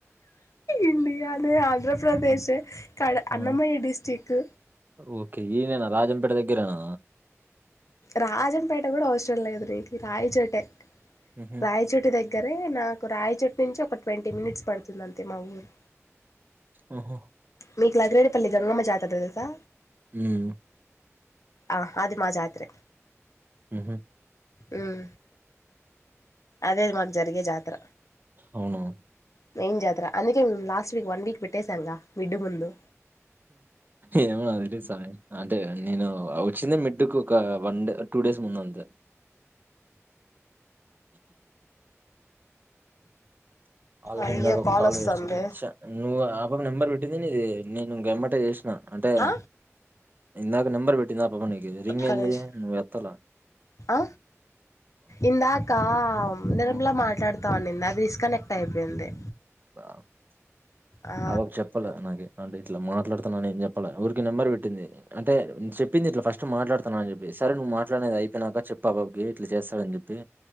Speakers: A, on the left (about 80°); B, on the right (about 40°).
A: ఇండియానే ఆంధ్రప్రదేశే కడ
B: ఆ,
A: అన్నమయ్య డిస్టిక్
B: ఓకే ఈయనేనా రాజంపేట దగ్గరేనా
A: రాజంపేట కూడా అవసరం లేదు నీకు రాయచోటే
B: ఉహు
A: రాయిచోటి దగ్గర దగ్గరే నాకు రాయచోట్టు నుంచి ఒక ట్వంటీ మినిట్స్ పడుతుంది అంతే మా ఊరు
B: ఆఓహా
A: మీకు లగరేడిపల్లి గంగమ్మ జాతర తెలుసా
B: ఉం
A: ఆ అది మా జాత్ర
B: ఉహ
A: ఉం అదే మాకు జరిగే జాతర
B: అవునా
A: మెయిన్ జాతర అందుకే మేము లాస్ట్ వీక్ వన్ వీక్ పెట్టేశాంగా మిడ్డు ముందు
B: ఏమ అదిడి సాయి అంటే నేను వచ్చిందే మిడ్డుకు ఒక వన్ టూ డేస్ ముందు అంతే ఆల్రెడీ
A: అయ్యో
B: ఇందాక ఒక కాల్
A: వస్తుంది
B: వేస్ట్ నువ్ ఆ బబ నెబ పెట్టిందిండి ఇది నేను ఇంకెమ్మట చేసిన అంటే
A: ఆ
B: ఇందాక నెంబర్ పెట్టింది నీది రింగంది
A: ఒక్క నిమిషం
B: నువ్ వెత్తల
A: ఆ ఇందాక నిరమలా
B: ఆ
A: మాట్లాడతా నాది డిస్కనెక్ట్ అయిపోయింది.
B: అబ
A: ఆ
B: అవకు చెప్పాల నాకే అంటే ఇట్లా మాట్లాడుతున్నా న చెప్పాల ఊరికి నెంబర్ట్ అంటే చెప్పింది ఇట్లా ఫస్ట్ మాట్లాతాను అని చెప్పి సరే నువ్ మాట్లాడేది అయిపోయినాక చెప్పాబకి ఇట్లా చేస్త డు అని చెప్పి